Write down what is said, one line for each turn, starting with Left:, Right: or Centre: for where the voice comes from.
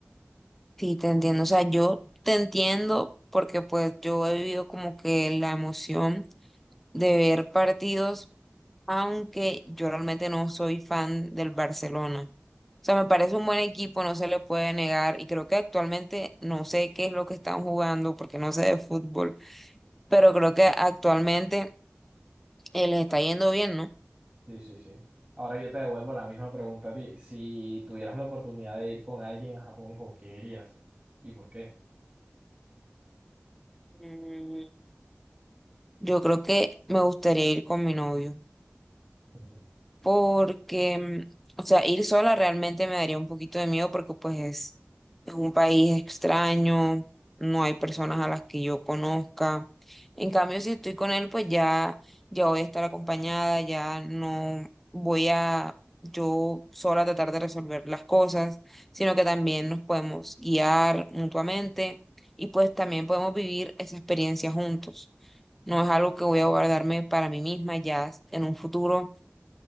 Centre: Sí, te entiendo. O sea, yo te entiendo porque pues yo he vivido como que la emoción de ver partidos, aunque yo realmente no soy fan del Barcelona. O sea, me parece un buen equipo, no se le puede negar y creo que actualmente no sé qué es lo que están jugando porque no sé de fútbol, pero creo que actualmente eh, les está yendo bien, ¿no?
Right: Sí, sí, sí. Ahora yo te devuelvo la misma pregunta a ti. Si tuvieras la oportunidad de ir con alguien a Japón, ¿con quién irías? ¿Y por qué?
Centre: Mm, Yo creo que me gustaría ir con mi novio.
Right: Ujú.
Centre: porque, mm, o sea, ir sola realmente me daría un poquito de miedo porque pues es, es un país extraño, no hay personas a las que yo conozca. En cambio, si estoy con él, pues ya, ya voy a estar acompañada, ya no voy a yo sola tratar de resolver las cosas, sino que también nos podemos guiar mutuamente y pues también podemos vivir esa experiencia juntos. No es algo que voy a guardarme para mí misma ya en un futuro